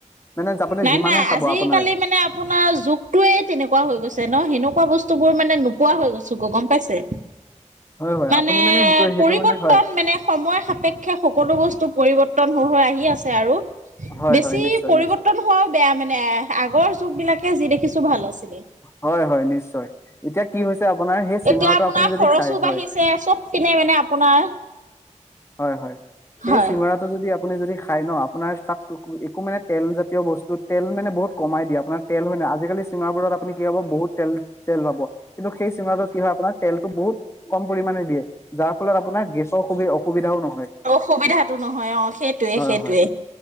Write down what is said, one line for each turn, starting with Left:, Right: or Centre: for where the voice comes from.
Left: মানে আপুনি
Right: নাই-নাই,
Left: যিমানে খাব
Right: আজিকালি
Left: আপোনাৰ
Right: মানে আপোনাৰ যুগটোৱে তেনেকুৱা হৈ গৈছে ন, সেনেকুৱা বস্তুবোৰ মানে নোহো হোৱা হৈ গৈছো-গ, গম পাইছে?
Left: হয় হয়
Right: মানে,
Left: আপুনি সেইটো সেইটো
Right: পৰিবৰ্তন
Left: মানে হয়
Right: মানে সময় সাপেক্ষে সকলো বস্তু পৰিবৰ্তন হৈ-হৈ আহি কি আছে আৰু?
Left: হয়-হয়,
Right: বেছি
Left: নিশ্চয়-নিশ্চয়।
Right: পৰিৱৰ্তন হোৱাও বেয়া মানে, আগৰ যুগবিলাকেই যি দেখিছো ভাল আছিল।
Left: হয় হয় নিশ্চয় এতিয়া কি হৈছে আপোনাৰ সেই চিঙৰাটো
Right: এতিয়া আপোনাৰ
Left: আপুনি যদি
Right: খৰচো
Left: খাই হয়
Right: বাঢ়িছে, চব পিনে মানে আপোনাৰ
Left: হয়-হয়। সেই
Right: হয়
Left: চিঙৰাটো যদি আপুনি যদি খাই ন, আপোনাৰ তাত একো মানে তেলজাতীয় বস্তু তেল মানে বহুত কমাই দিয়ে আপোনাৰ তেল হয় না অ' আজিকালি চিংৰাবোৰত আপুনি কি পাব, বহুত তেল-তেল পাব, কিন্তু সেই চিংৰাটোত কি হয় আপোনাৰ, তেলতো বহুত কম পৰিমাণে দিয়ে। যাৰ ফলত আপোনাৰ গেছৰ অসুবিধ-অস সুবিধাও ন
Right: অ সুবিধাটো নহয় অ', সেইটোৱে
Left: হয়
Right: সেইটোৱে,
Left: হয়